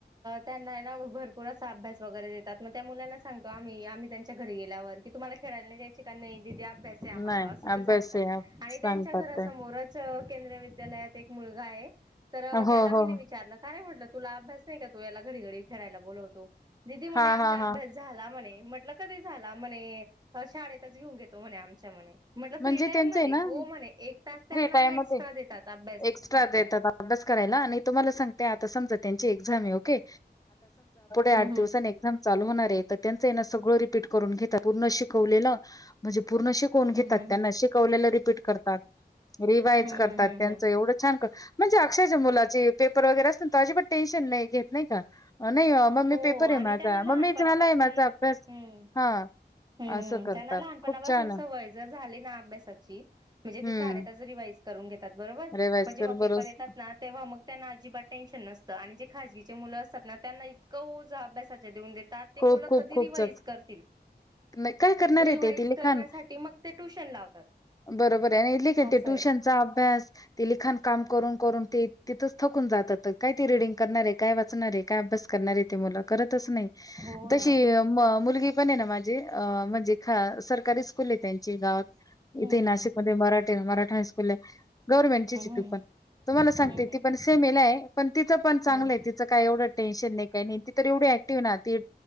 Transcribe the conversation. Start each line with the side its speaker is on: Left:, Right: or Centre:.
Right: त्यांना ना भरपूर असा अभ्यास वगैरे देतात मग त्या मुलांना सांगतो आम्ही आम्ही त्यांच्या घरी गेलो. की तुम्हाला खेळायला जायची का नाही. दिदी अभ्यास आहे, आम्हाला
Left: नाही
Right: असं
Left: अभ्यास
Right: ते सांगतात
Left: आहे
Right: आणि
Left: सांगतात
Right: त्यांच्या घरासमोरच
Left: ते
Right: केंद्रीय विद्यालयात एक मुलगा आहे तर
Left: हो
Right: त्याला मी
Left: हो
Right: विचारलं काय म्हटलं, तुला अभ्यास नाही का तू याला घडी घडी खेळायला बोलवतो. दिदी म्हणे
Left: हा
Right: आमचा
Left: हा
Right: अभ्यास
Left: हा
Right: झाला म्हणे, म्हटलं कधी झाला म्हणे, शाळेतच घेऊन घेतो म्हणे आमच्या म म्हट
Left: म्हणजे
Right: फ्री. टाइम
Left: त्यांचं
Right: मध्ये
Left: ना
Right: हो म्हणे एक तास त्यांना
Left: फ्री
Right: आहे ना एक्स्ट्रा देतात अभ्यास
Left: एक्स्ट्रा
Right: साठी
Left: देतात अभ्यास करायला आणि तो. तुम्हाला सांगते त्यांची समजा आता एक्झाम आहे, ओके! आठ
Right: हम्म हम्म.
Left: दिवसांनी एक्झाम चालू होणार त्यां सगळं रिपीट करून घेता पूर्ण शिकवले म्हणजे, पूर्ण शिकवून घेतात
Right: हम्म हम्म
Left: त्यांना
Right: हम्म
Left: शिकवलेलं रिपीट करतात. रिवाइज
Right: हम्म
Left: करतात
Right: हम्म हम्म
Left: त्यांच
Right: हम्म
Left: एवढं छान कर म्हणजे, अक्षयच्या मुलाची पेपर वगैरे असत ना तो अजिबात टेन्शन नाही घेत नाही का? नाही मम्मी
Right: हो
Left: पेपर
Right: आणि
Left: आहे माझा
Right: त्यांना
Left: मम्मी
Right: लहानपणापासून
Left: झालाय माझा
Right: हम्म
Left: अभ्यास हा
Right: हम्म
Left: असं करतात
Right: त्यांना लहानपणापासून
Left: खूप छान
Right: सवय
Left: आहे.
Right: जर झाली. अभ्यासाची म्हणजे
Left: हम्म
Right: ते शाळेतच रिवाइज करून घ बरोबर
Left: रिवाइज
Right: मग जेव्हा
Left: कर बरोबर
Right: पेपर येतात ना तेव्हा मग त्यांना अजिबात टेन्शन नसतं आणि जे खागीचे मुलं अस त्यांना इतकं ओ अभ्यासा देऊन देतात ते
Left: खूप
Right: मुलं
Left: खूप
Right: कधी
Left: खूप
Right: रिवाइज करतील,
Left: नाही काय करणार
Right: रिव्हाइज
Left: आहे ते, ते लिखाण
Right: करण्यासाठी मग ते ट्युशन लावतात.
Left: बरोबर आहे आणि लिखे
Right: असं
Left: ते ट्युशनचा
Right: आहे
Left: अभ्यास ते लिखान काम करून करून ते तिथंच थकून जातात काय ते रीडिंग करणार आहे, काय वाचणार आहे, काय अभ्यास करणार आहे, ते करतच नाही
Right: हो
Left: तशी
Right: ना
Left: मु मुलगी पण माझे म्हणजे सरकारी स्कूल आहे, त्यांची गावात
Right: हम्म
Left: इथे नाशिकमध्ये
Right: हम्म
Left: मरा मराठा हायस्कूल ला गव्हर्नमेंट तेच
Right: हम्म
Left: ते
Right: हम्म
Left: पण तुम्हाला सांगते ती पण
Right: हम्म
Left: सेमेल आहे पण तिचं प चांगलं
Right: हम्म
Left: आहे तिचं काय एवढं टेन्शन नाही काही नाही ती तर एवढं क्टिव ना! ती